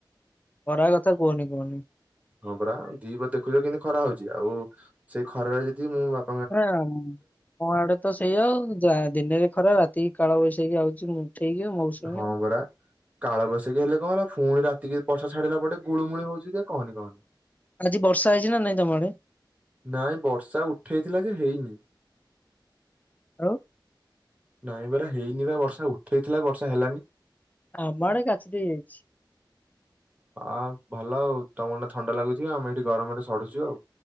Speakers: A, on the left (about 20°); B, on the right (about 20°).
A: ଖରା କଥା କୁହନି କୁହନି
B: ହଁ ପୁରା ଦିପହରେ ଦେଖୁଛ କେମିତି ଖରା ହଉଛି। ଆଉ ସେ ଖରାରେ ଯଦି ମୋ ବା
A: ହାଁ ମୋ ଆଡ଼େ ତ ସେଇଆ ଆଉ ଦା ଦିନରେ ଖରା ରାତିକି କାଳବୈଶାଖୀ ଆଉଛି। ଉଠେଇକି ମୌସୁମୀ
B: ହଁ ପରା। କାଳ ବୈଶାଖୀ ହେଲେ କଣ ହେଲା, ଫୁଣି ରାତିିରେ ବର୍ଷା ଛାଡ଼ିଲା ପରେ ଗୁଳୁମୁଳି ହଉଛି ଯେ କହନି କହନି।
A: ଆଜି ବର୍ଷା ହେଇଛି ନା ନାଇଁ ତମ ଆଡ଼େ।
B: ନାଇଁ ବର୍ଷା ଉଠେଇଥିଲା ଯେ ହେଇନି।
A: ଆଉ
B: ନାଇଁ ପରା ହେଇନି ବା ବର୍ଷା ଉଠେଇଥିଲା ବର୍ଷା ହେଲାନି।
A: ଆମ ଆଡ଼େ କାଚି ଦେଇ ଯାଇଛି।
B: ଅ ଭଲ ଆଉ ତମର ଥଣ୍ଡା ଲାଗୁଛି ଆମେ ଏଇଠି ଗରମରେ ସଢୁଛୁ ଆଉ।